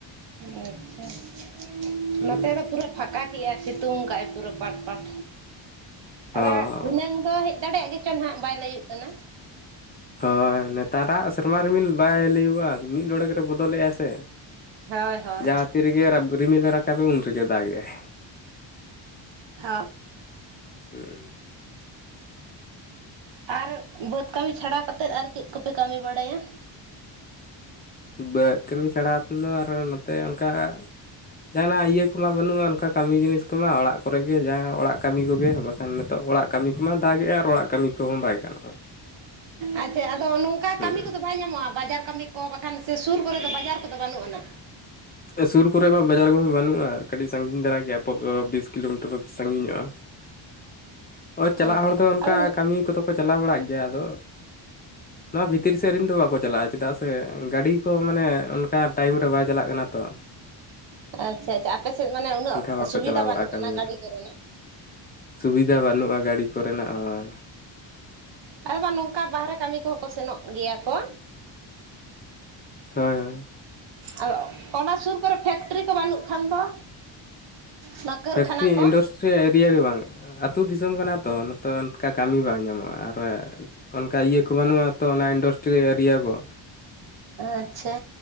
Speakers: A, on the right (about 65°); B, on the left (about 20°).
A: ᱟᱪᱪᱷᱟ ᱟᱪᱪᱷᱟ
B: ᱦᱩᱸ
A: ᱱᱚᱛᱮ ᱫᱚ ᱯᱩᱨᱟᱹ ᱯᱷᱟᱠᱟ ᱠᱟᱭ ᱥᱤᱛᱩᱝ ᱠᱟᱜᱼᱟᱭ ᱯᱩᱨᱟᱹ ᱯᱟᱴ ᱯᱟᱴ ᱟᱫᱚ
B: ᱚ
A: ᱫᱷᱤᱱᱟᱹᱝ ᱫᱚ ᱫᱟᱲᱮᱭᱟᱜ ᱜᱮᱪᱚ ᱱᱟᱦᱟᱸᱜ ᱵᱟᱭ ᱞᱟᱹᱭᱜ ᱠᱟᱱᱟ᱾
B: ᱦᱳᱭ ᱱᱮᱛᱟᱨᱟᱜ ᱥᱮᱨᱢᱟ ᱨᱤᱢᱤᱞ ᱵᱟᱭ ᱞᱟᱹᱭᱜᱼᱟ ᱢᱤᱫ ᱲᱚᱲᱮᱠ ᱨᱮ ᱵᱚᱫᱚᱞᱮᱜᱼᱟ ᱥᱮ᱾
A: ᱦᱳᱭ ᱦᱳᱭ
B: ᱡᱟᱦᱟᱸ ᱛᱤᱨᱮᱜᱮ ᱨᱤᱢᱤᱞᱮ ᱨᱟᱠᱟᱵᱮᱜᱼᱟ ᱩᱱᱚᱱᱜᱮ ᱫᱟᱜᱮᱜᱼᱟᱭ᱾
A: ᱦᱸ
B: ᱦᱩᱸ
A: ᱟᱨ ᱵᱟᱹᱫᱽ ᱠᱟᱹᱢᱤ ᱪᱷᱟᱲᱟ ᱠᱟᱛᱮᱫ ᱟᱨ ᱪᱮᱫ ᱠᱚᱯᱮ ᱠᱟᱹᱢᱤ ᱵᱟᱲᱟᱭᱟ?
B: ᱵᱟᱹᱫᱽ ᱠᱟᱹᱢᱤ ᱪᱷᱟᱲᱟ ᱠᱟᱛᱮ ᱢᱟ ᱟᱨᱚ ᱱᱚᱛᱮ ᱚᱱᱠᱟ ᱡᱟᱦᱟᱱᱟᱜ ᱤᱭᱟᱹ ᱠᱚᱢᱟ ᱵᱟᱹᱱᱩᱜᱼᱟ ᱚᱱᱠᱟ ᱠᱟᱹᱢᱤ ᱡᱤᱱᱤᱥ ᱠᱚᱢᱟ᱾ ᱚᱲᱟᱜ ᱠᱚᱨᱮᱜ ᱜᱮ ᱡᱟᱦᱟᱸ ᱚᱲᱟᱜ ᱠᱟᱹᱢᱤ ᱠᱚᱜᱮ ᱵᱟᱠᱷᱟᱱ ᱱᱤᱛᱚᱜ ᱚᱲᱟᱜ ᱠᱟᱹᱢᱤ ᱠᱚᱢᱟ ᱫᱟᱜᱮᱜᱼᱟ ᱟᱨ ᱚᱲᱟᱜ ᱠᱟᱹᱢᱤ ᱠᱚᱦᱚᱸ ᱵᱟᱭ ᱜᱟᱱᱚᱜᱼᱟ
A: ᱟᱪᱪᱷᱟ ᱟᱫᱚ ᱱᱚᱝᱠᱟ
B: ᱦᱮᱸ
A: ᱠᱟᱹᱢᱤ ᱠᱚᱫᱚ ᱵᱟᱭ ᱧᱟᱢᱚᱜᱼᱟ ᱵᱟᱡᱟᱨ ᱠᱟᱹᱢᱤ ᱠᱚ? ᱵᱟᱠᱷᱟᱱ ᱥᱮ ᱥᱩᱨ ᱠᱚᱨᱮ ᱫᱚ ᱵᱟᱡᱟᱨ ᱠᱚᱫᱚ ᱵᱟᱹᱱᱩᱜ ᱟᱱᱟ᱾
B: ᱥᱩᱨ ᱠᱚᱨᱮ ᱢᱟ ᱵᱟᱡᱟᱨ ᱠᱚᱫᱚ ᱵᱟᱹᱱᱩᱜᱼᱟ ᱠᱟᱹᱴᱤᱡ ᱥᱟᱸᱹᱜᱤᱧ ᱫᱷᱟᱨᱟ ᱜᱮᱭᱟ ᱯᱳ ᱵᱤᱥ ᱠᱤᱞᱳᱢᱤᱴᱟᱨ ᱥᱟᱺᱜᱤᱧᱚᱜᱼᱟ᱾ ᱚ ᱪᱟᱞᱟᱜ
A: ᱦᱮᱸ
B: ᱦᱚᱲ
A: ᱥᱮ
B: ᱫᱚ ᱚᱱᱠᱟ
A: ᱟᱫᱚ
B: ᱠᱟᱹᱢᱤ ᱠᱚᱫᱚ ᱠᱚ ᱪᱟᱞᱟᱣ ᱵᱟᱲᱟᱜ ᱜᱮᱭᱟ ᱟᱫᱚ ᱱᱚᱣᱟ ᱵᱷᱤᱛᱤᱨ ᱥᱮᱫ ᱨᱤᱱ ᱫᱚ ᱵᱟᱠᱚ ᱪᱟᱞᱟᱜᱼᱟ ᱪᱮᱫᱟᱜ ᱥᱮ ᱜᱟᱹᱰᱤ ᱠᱚ ᱢᱟᱱᱮ ᱚᱱᱠᱟ ᱴᱟᱭᱤᱢ ᱨᱮ ᱵᱟᱭ ᱪᱟᱞᱟᱜ ᱠᱟᱱᱟ᱾ ᱛᱚ
A: ᱟᱪᱪᱷᱟ ᱟᱪᱪᱷᱟ ᱟᱯᱮᱥᱮᱫ ᱢᱟᱱᱮ ᱩᱱᱟᱹᱜ
B: ᱮᱱᱠᱷᱟᱱ ᱵᱟᱠᱚ
A: ᱥᱩᱵᱤᱫᱷᱟ
B: ᱪᱟᱞᱟᱣ ᱵᱟᱲᱟᱜᱼᱟ
A: ᱵᱟᱹᱱᱩᱜ ᱟᱱᱟ
B: ᱠᱟᱹᱢᱤ ᱨᱮᱫᱚ
A: ᱜᱟᱹᱰᱤ ᱠᱚᱨᱮᱱᱟᱜ᱾
B: ᱥᱩᱵᱤᱫᱷᱟ ᱵᱟᱹᱱᱩᱜᱼᱟ ᱜᱟᱹᱰᱤ ᱠᱚᱨᱮᱱᱟᱜ ᱦᱳᱭ᱾
A: ᱟᱨ ᱵᱟᱝ ᱱᱚᱝᱠᱟ ᱵᱟᱦᱨᱮ ᱠᱟᱹᱢᱤ ᱠᱚᱦᱚᱸ ᱠᱚ ᱥᱮᱱᱚᱜ ᱜᱮᱭᱟ ᱠᱚ᱾
B: ᱦᱳᱭ ᱦᱳᱭ
A: ᱟᱫᱚ ᱚᱱᱟ ᱥᱩᱨ ᱠᱚᱨᱮ ᱯᱷᱮᱠᱴᱨᱤ ᱠᱚ ᱵᱟᱹᱱᱩᱜ ᱠᱷᱟᱱ ᱫᱚ᱾ ᱚᱱᱟ ᱠᱟᱹᱨᱠᱷᱟᱱᱟ
B: ᱯᱷᱮᱠᱴᱨᱤ
A: ᱠᱚ
B: ᱤᱱᱰᱟᱥᱴᱨᱤ ᱮᱨᱤᱭᱟ ᱜᱮ ᱵᱟᱝ ᱟᱹᱛᱩ ᱫᱤᱥᱚᱢ ᱠᱟᱱᱟ ᱛᱚ ᱱᱚᱛᱚ ᱚᱱᱠᱟ ᱠᱟᱹᱢᱤ ᱵᱟᱝ ᱧᱟᱢᱚᱜ-ᱟ ᱟᱨ ᱚᱱᱠᱟ ᱤᱭᱟᱹ ᱠᱚ ᱵᱟᱹᱱᱩᱜ-ᱟ ᱛᱚ ᱚᱱᱟ ᱤᱱᱰᱚᱥᱴᱨᱤ ᱮᱨᱤᱭᱟ ᱠᱚ᱾
A: ᱟᱪᱪᱷᱟ